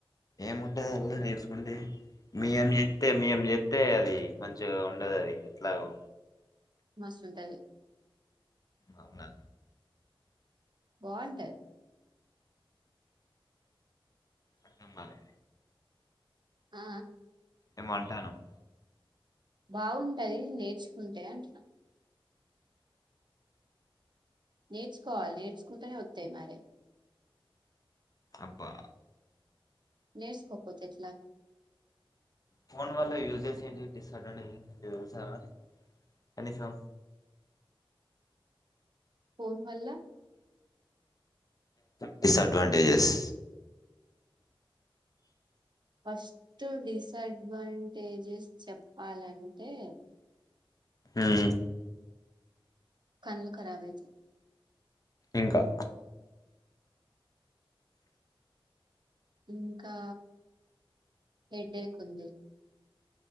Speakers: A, on the left; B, on the right.
A: ఏముంటది అల్లా నేర్చుకుంటే మీ ఏం చెప్తే మం చెప్తే అది మంచిగా ఉండదు అది ఎట్లాగో
B: మస్తు ఉంటది
A: అవునా
B: బాంటది
A: అర్ధం కాలే
B: ఆ
A: ఏమొ అంటాన్నవ్
B: బాగుంటది నేర్చుకుంటే అంటున్నా నేర్చుకోవాలి నేర్చుకుంటేనే ఒత్తయి మరే
A: అబ్బా
B: నేర్స్కోపోతే ఎట్లా
A: ఫోన్ వల్ల యూజస్ చేసి ఏంటి డిసఅడ్వాంటేజస్ తెలుసా మరి కనీసం
B: ఫోన్ వల్ల
A: డిసఅడ్వాంటేజస్
B: ఫస్ట్ డిసడ్వాంటేజెస్ చెప్పాలంటే
A: హ్మ్
B: కన్లు కరబైతయ్
A: ఇంకా
B: ఇంకా హెడేక్ ఉంది